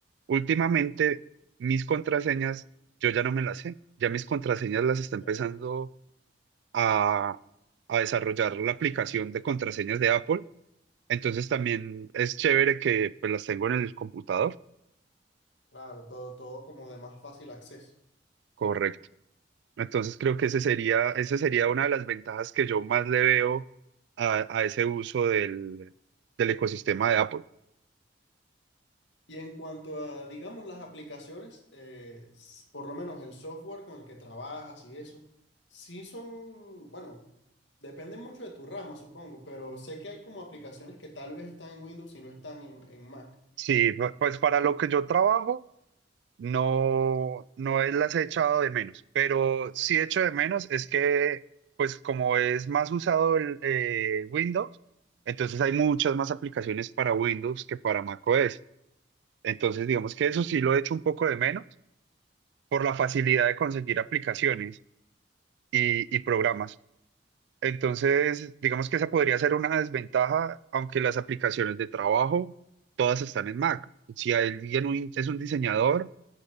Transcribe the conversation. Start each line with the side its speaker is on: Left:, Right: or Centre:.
Right: últimamente mis contraseñas, yo ya no me las sé. Ya mis contraseñas las está
Left: ok,
Right: empezando a, a desarrollar la aplicación de contraseñas de Apple. Entonces también es chévere que pues las tengo en el computador.
Left: Claro, todo, todo como de más fácil acceso.
Right: Correcto. Entonces creo que ese sería, esa sería una de las ventajas que yo más le veo a, a ese uso del, del ecosistema de Apple.
Left: Y en cuanto a, digamos, las aplicaciones, eh, s- por lo menos el software con el que trabajas y eso, sí son, bueno, depende mucho de tu rama, supongo, pero sé que hay como aplicaciones que tal vez están en Windows y no están en, en Mac.
Right: Sí, pues para lo que yo trabajo. no, no es- las he echado de menos, pero sí echo de menos es que, pues como es más usado el eh, Windows, entonces hay muchas más aplicaciones para Windows que para macOS. Entonces, digamos que eso sí lo echo un poco de menos por la facilidad de conseguir aplicaciones y, y programas. Entonces, digamos que esa podría ser una desventaja, aunque las aplicaciones de trabajo todas están en Mac. Si alguien un- es un diseñador,